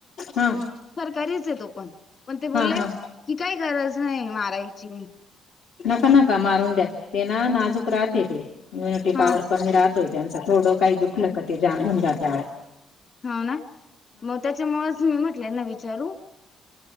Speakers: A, on the left; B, on the left.
A: हा
B: सरकारीचे तो पण, पण ते बोलले
A: हा हा
B: काई गरज नाही मारायची.
A: नका-नका मारून द्या, ते ना नाजूक राहते ते इम्युनिटी
B: हा
A: पावर कमी राहतोय त्यांच, थोडं काही दुखलं का ते जा्म होऊन जात आओ.
B: होना, मग त्याच्यामुळच मी म्हटलं यांना विचारू.